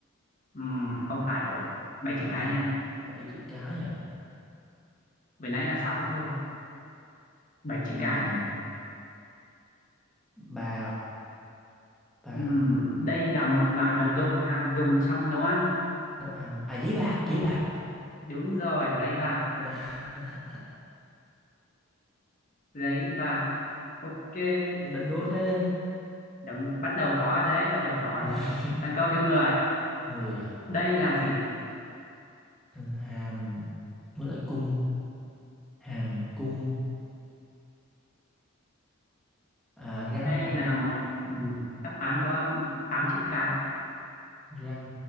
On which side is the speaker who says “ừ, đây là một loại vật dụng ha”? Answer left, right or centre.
Left